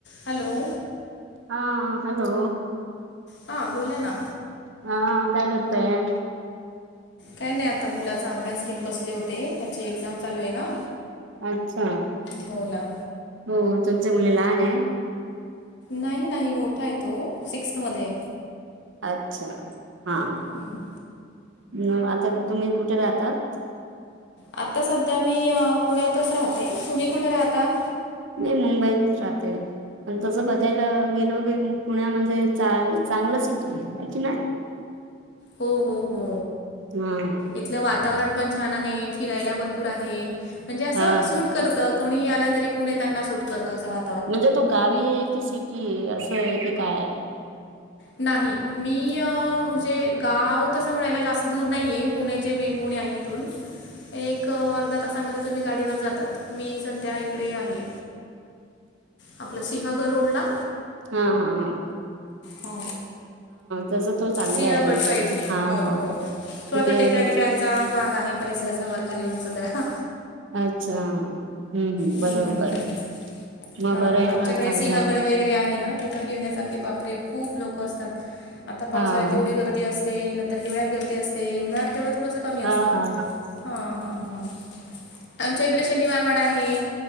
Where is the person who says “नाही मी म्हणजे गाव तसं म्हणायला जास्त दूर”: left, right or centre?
Left